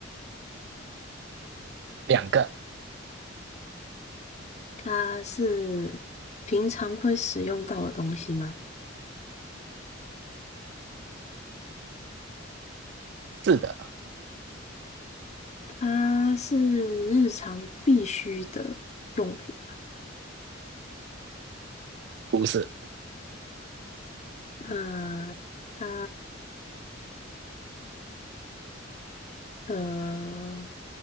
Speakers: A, on the right; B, on the left.
A: 两个，
B: 它是平常会使用到的东西吗？
A: 是的，
B: 它是日常必须的用品。
A: 不是，
B: 那它呃，